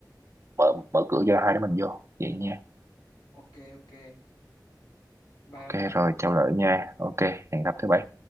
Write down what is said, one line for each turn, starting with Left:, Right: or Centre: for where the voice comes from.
Right: mở mở cửa cho hai đứa mình vô. Vậy nha.
Left: ok ok bye
Right: Ok,
Left: ông nha
Right: rồi chào lỡ nha. Ok, hẹn gặp thứ bảy.